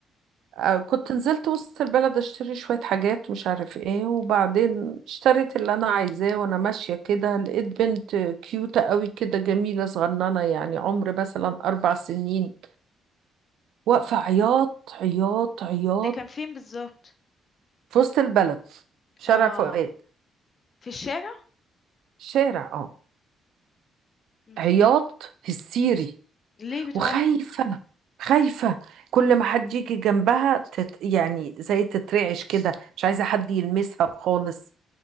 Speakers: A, on the right; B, on the left.
A: آه، كنت نزلت وسط البلد اشتري شوية حاجات مش عارف ايه وبعدين اشتريت اللي انا عايزاه وانا ماشية كده لقيت بنت كيوتة قوي كده جميلة صغننة يعني عمر مثلا اربع سنين واقفة
B: امم
A: عياط عياط عياط
B: ده كان فين بالظبط
A: في وسط البلد شارع
B: اه
A: فؤاد
B: في الشارع
A: شارع اه
B: امم
A: عياط هستيري
B: ليه بتعيط
A: وخايفة خايفة كل ما حد يجي جنبها تت يعني زي تترعش كده مش عايزة حد يلمسها خالص